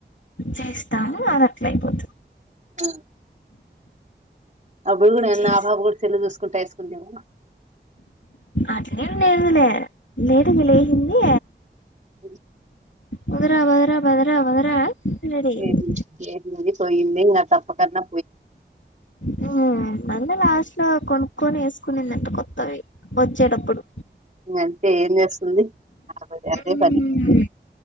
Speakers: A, on the left; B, on the right.
A: చేస్తాను అది అట్లయిపోతు
B: ఆ. అప్పుడు కూడా
A: చేసి
B: నా పాప కుడ్ సెల్లు చూస్తూ కుట్టేసుకుంటిమా
A: అట్లేం లేదు లే లేటుగా లేసింది
B: ఉహు
A: వదరా వదరా భదరా వదరా రెడీయింది
B: ఏ బి ఏ బి పోయిందే ఇంకా తప్పకున్నా
A: హా అంతే లాస్ట్ లో కొను కొని వేసుకునిందంట కొత్తవి వచ్చేటప్పుడు
B: అయితే ఏం చేస్తుంది ఆమెకు అదే
A: మ్
B: పని